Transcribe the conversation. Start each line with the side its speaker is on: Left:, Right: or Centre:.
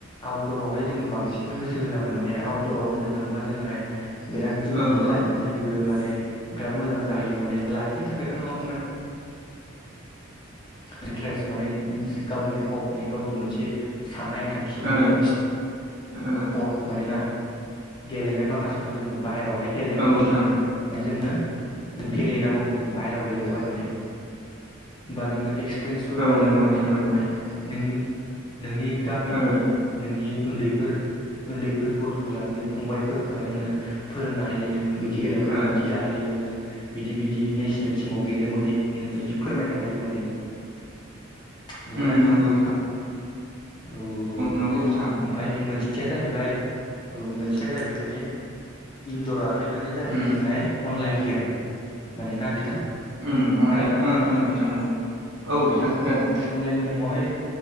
Left: आउटदरावहाय जोङो बांसिन गोसो होनांगौ माने आउटदराव होननो थाङोबा जोङोहाय बिराद जोंनि
Right: ओ ओ
Left: लाइफनि थाखायबो माने बिराद मोजां जाहैयो माने, लाइफनि थाखायथ' नङा माने इन्ट्रेस्ट माने गावनि हपनि गावनि मोनसे साननाय थांखि माने
Right: ओ ओ
Left: स्पर्ट मानोना गेलेनाय माखासेखौ जोङो बाहेरायावहाय गेलेनायफोरखौ
Right: औ बिथां
Left: जोङो ओफ्राय जोङो गेलेनांगौमोन जों बाहेरायाव गेलेबोबाय माने बा नोङो एक्सपिरियेन्सबो
Right: औ
Left: मोनलाङो
Right: नंगौ
Left: माने
Right: बिथां
Left: नोङोहाय
Right: नंगौ
Left: नों नोंनि गामिनि
Right: ओ
Left: नोंनि उन्दैफोर उन्दैफोर गथ'खौ लानानै फंबायफोरखौहाय नोङो फोरोंनो हायो नोङो। बिदि बिदि गेलेबाथाय
Right: ओ
Left: बिदि जाहैयो नोङो बिदि बिदि नेसनेल सिमाव गेलेनो मोनो नोङो बिदि फोरमायनो हायो माने नों नंगौना
Right: उम
Left: बिथां
Right: नंगौ
Left: औ औ
Right: नंगौ बिथां
Left: ओमफाय मोनसेया जाहैबाय ओ मोनसेया जाहैबाय माने इन्दराहाय माने जाहैबाय
Right: उम
Left: जोंहाय अनलाइन गेम माने ना बिथां?
Right: ओम अनलाय
Left: खोनादों ना
Right: ओम ओम बिथां नंगौ। औ
Left: उम
Right: बिथां खोनादों।
Left: अनलाइन गेमावहाय